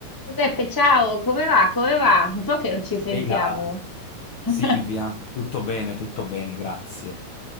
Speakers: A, in the centre; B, on the left.
A: Giuseppe, ciao, come va? Come va? Un po' che non ci sentiamo.
B: Ehi là,
A: <laughs>
B: Silvia, tutto bene, tutto bene, grazie.